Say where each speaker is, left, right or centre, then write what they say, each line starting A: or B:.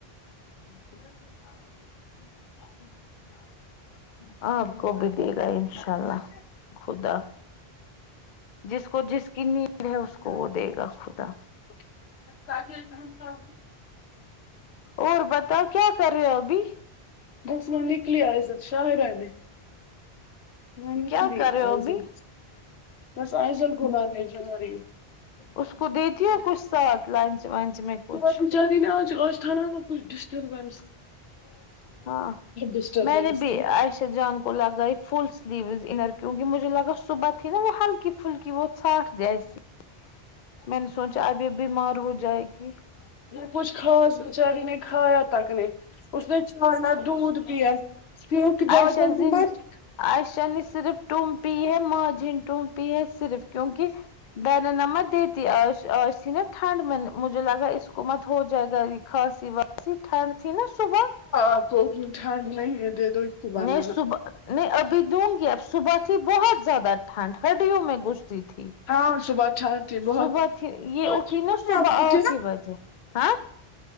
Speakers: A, on the left; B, on the left.
A: <inaudible>
B: کو۔
A: آپ کو بھی دے گا انشاء اللہ خدا جس کو جس کی نیڈ ہے اس کو وہ دے گا خدا
B: <inaudible>
A: اور بتاؤ کیا کر رہے ہو ابھی
B: جس میں نکلی ائزال شاہرہ نے میں نکلی
A: کیا کر رہے ہو
B: آئزل
A: ابھی
B: بس آئزل کو لانے کا رہی ہوں
A: اس کو دیتی ہو کچھ ساتھ لنچ ونچ میں کچھ
B: بچاری نے آج وہ تھا نا وہ کچھ ڈسٹربنس
A: ہاں
B: ڈسٹربینس
A: میں نے بھی
B: تھی
A: عائشہ جان کو لگائی فل سلیوز انر کیوںکہ مجھے لگا صبح تھی نا وہ ہلکی پھلکی وہ ساٹ جیسی میں نے سوچا اب یہ بیمار ہو جائے گی
B: کچھ خاص بچاری نے کھایا تک نے اس نے چارنا دودھ پیا کیونکہ بادل
A: آ شر
B: بھی
A: زین
B: مت
A: عائشہ نے صرف ٹوم پی ہے ماں جی نے ٹوم پی ہے صرف کیونکہ د ن نا مت دیتی آج آج تھی نا ٹھنڈ میں مجھے لگا اس کو مت ہو جائے گا کھسی باسی ٹھنڈ تھی نا صبح
B: آپ کو اتنی ٹھنڈ نہیں ہے دے دو اس کو بنانا
A: نہیں صبح میں ابھی دوں گی اب صبح تھی بہت زیادہ ٹھنڈ ہڈیوں میں گھستی تھی
B: ہاں صبح ٹھنڈ تھی بہت
A: صبح تھی یہ
B: سوئے
A: اٹھی
B: تھے
A: نا
B: میں
A: صبح
B: آپ
A: آٹھ
B: کے نا،
A: ہی بجے ہاں